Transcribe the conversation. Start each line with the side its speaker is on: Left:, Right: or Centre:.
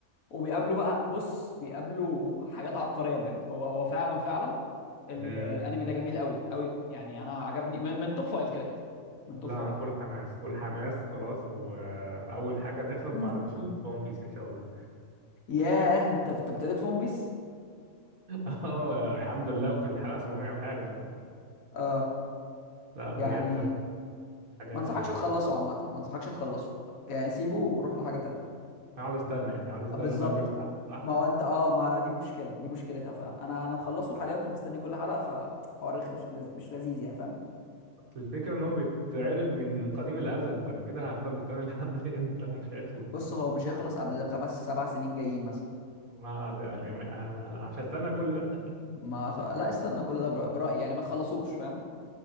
Left: وبيقابلوا بقى بص بيقابلوا حاجات عبقريه بجد هو هو فعلا فعلا ال-
Right: مم.
Left: الانمي ده جميل قوي قوي يعني انا عجبني من, من توب فايف كده كده من توب
Right: لا
Left: فايف
Right: انا فول حماس فول حماس خلاص واول حاجة تخلص
Left: <clears throat>
Right: بعد ما اخلص ون بيس ان شاء الله
Left: ياه انت انت ابتديت في ون بيس
Right: <laughs> اه الحمد لله وفي الحلقة 700 وحاجة دلوقتي
Left: اه
Right: لا بجد
Left: يعني
Right: حاجة
Left: ما انصحكش تخلصه عامه ما انصحكش تخلصه يعني سيبه وروح لحاجه تانية
Right: هقعد استنى يعني هقعد استنى
Left: آه، بالظبط
Right: بقى كل حلقة صح
Left: ما هو انت اه ما دي مشكله دي مشكلتها فعلا انا انا مخلصه حاليا ومستني كل حلقه فحوار رخم مش لذ- مش لذيذ يعني فاهم
Right: الفكرة ان هو بيتعرض من قديم الازل فانا كده هفضل مستني لحد <laughs> امتى ومش هيخلص
Left: بص هو مش هيخلص قبل خمس سبع سنين جايين مثلا
Right: ما ده جميع انا مش هستنى كل ده
Left: ما خ... لا استنى كل ده بر- برايي يعني ما تخلصوش فاهم ما